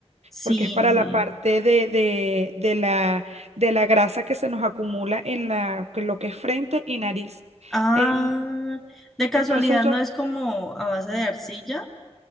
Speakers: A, in the centre; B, on the right.
A: Sí,
B: porque es para la
A: sí.
B: parte de, de- de la, de la grasa que se nos acumula en la, lo que es frente y nariz.
A: Ah,
B: Em,
A: de casualidad
B: entonces yo...
A: no es como a base de arcilla.